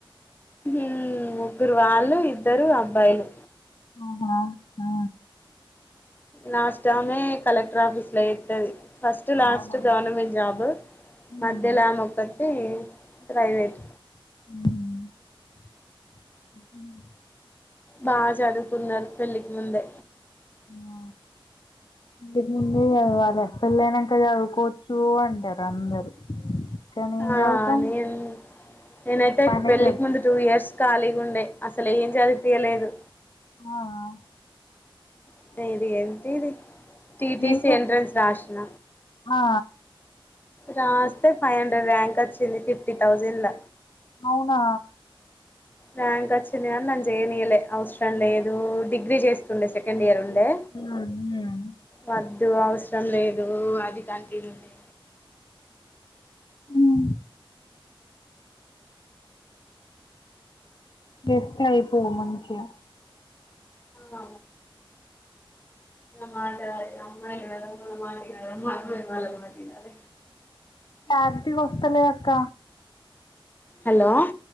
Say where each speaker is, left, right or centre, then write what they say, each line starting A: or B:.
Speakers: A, on the left (about 20°); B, on the left (about 55°).
A: ఉం ముగ్గురు వాళ్ళు ఇద్దరు అబ్బాయిలు
B: ఆహా ఆ
A: లాస్ట్ ఆమె కలెక్టర్ ఆఫీస్ లో చెత్తది ఫస్ట్ లాస్ట్
B: అవునా
A: గవర్నమెంట్ జాబ్
B: ఉమ్
A: మధ్యలో ఆమె ఒక్కతి ప్రైవేట్
B: హ <unintelligible>
A: బాగా చదువుకున్నారు పెళ్ళికి ముందే
B: మా పెళ్లికి ముందే చదవాల పెళ్ళ అయినాక చదువుకోవచ్చు అంటారు అందరు కానీ ఏం
A: ఆ
B: చదువుతాం
A: నేను నేనైతే
B: పనే
A: పెళ్ళికి
B: సరిపోతది
A: ముందు టూ ఇయర్స్ ఖాళీగా ఉండే అసలు ఏం చదిపియలేదు
B: ఆ ఆ
A: <unintelligible> ఏంటి ఇది టీటీసి
B: ఏంటి
A: ఎంట్రెన్స్ రాసిన
B: ఆ
A: రాస్తే ఫైవ్ హండ్రెడ్ ర్యాంక్ వచ్చింది ఫిఫ్టీ థౌజండ్ ల
B: అవునా
A: ర్యాంక్ వచ్చింది కానీ నన్ను చేయన్నీయలే అవసరం లేదు డిగ్రీ చేస్తుండే సెకండ్ ఇయర్ ఉండే
B: ఉమ్
A: వద్దు అవసరం లేదు అది కంటిన్యూదే
B: ఉం వేస్తే అయిపోవు మంచిగా
A: ఆ మ మా అమ్మ మ మల మా <unintelligible>
B: క్లారిటీగా వస్తలే అక్క
A: హలో